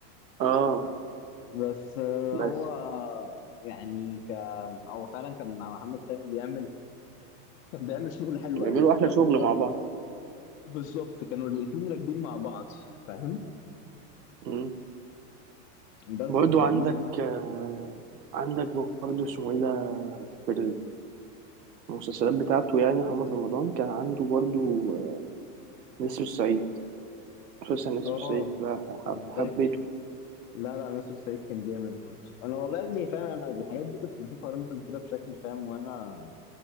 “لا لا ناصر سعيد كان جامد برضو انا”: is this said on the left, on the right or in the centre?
Left